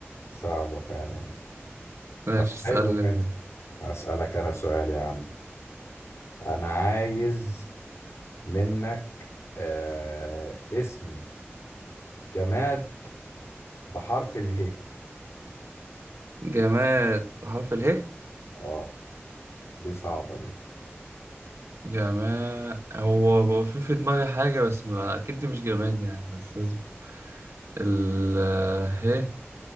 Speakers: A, on the left; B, on the right.
A: صعبة فعلا
B: ماشي
A: طب
B: اسألني
A: حلو منك
B: انت
A: أسألك أنا سؤال يا عم أنا عايز منك آه اسم جماد بحرف اله
B: جماد بحرف اله
A: اه دي صعبة دي
B: جماد هو هو في في دماغي حاجة بس ما... اكيد دي مش جماد يعني بس اصبر ال ه